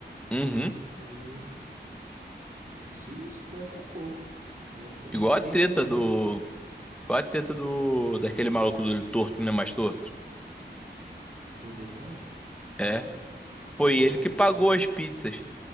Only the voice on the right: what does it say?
E, e se isso foi até pouco. Ele deve ter pago
uns 30
mil
do Defante.
Que qual
é a
treta?